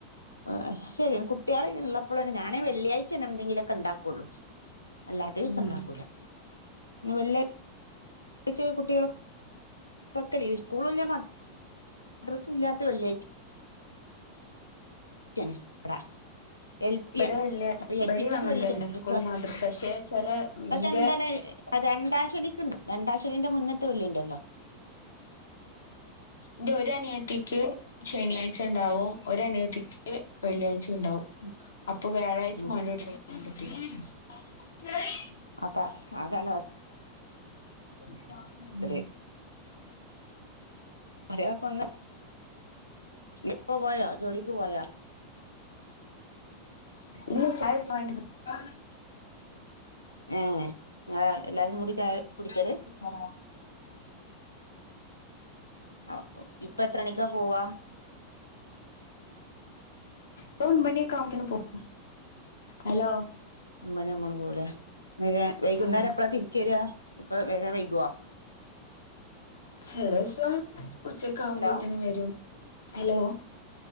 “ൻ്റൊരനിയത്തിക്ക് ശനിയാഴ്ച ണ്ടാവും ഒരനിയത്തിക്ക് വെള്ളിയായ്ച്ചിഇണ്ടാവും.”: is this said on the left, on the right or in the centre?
Left